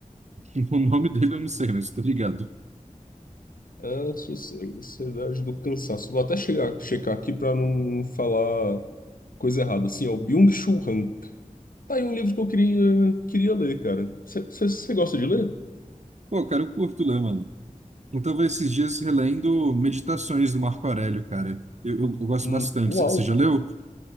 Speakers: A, on the right (about 55°); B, on the left (about 90°).
A: <laughs> O nome dele eu não sei, mas tô ligado.
B: É, Sociedade do Cansaço. Vou até chegar, checar aqui pra não falar coisa errada. Assim, é o Byung-Chul Han. Tá aí um livro que eu queria, queria ler, cara. Você gosta de ler?
A: Pô, cara, eu curto ler, mano. Eu tava esses dias relendo Meditações do Marco Aurélio, cara. Eu, eu, eu gosto
B: Hum,
A: bastante.
B: uau!
A: Você você já leu?